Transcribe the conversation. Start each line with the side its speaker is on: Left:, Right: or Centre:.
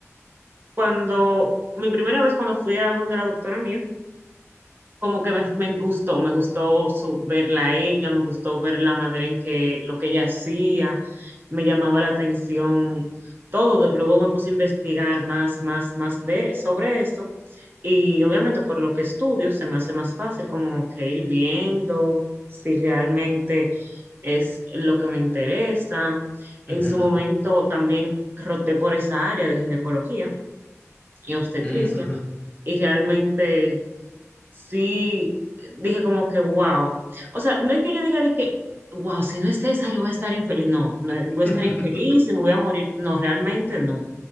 Right: cuando, mi primera vez cuando fui a donde la doctora mía, como que me, me gustó, me gustó su- verla a ella, me gustó ver la manera en que lo que ella hacía, me llamaba la atención todo. De- Luego me puse a investigar más, más, más de, sobre eso. Y obviamente por lo que estudio se me hace más fácil como que ir viendo si realmente es lo que me interesa. En
Left: Ujú,
Right: su momento también roté por esa área de ginecología y obstetricia
Left: ujú,
Right: y realmente sí, dije como que wow. O sea, no es que yo diga de que, wow, si no es esa, yo voy a estar infeliz. No, no, voy a estar
Left: ujú, <laughs>
Right: infeliz y me voy a morir. No, realmente no.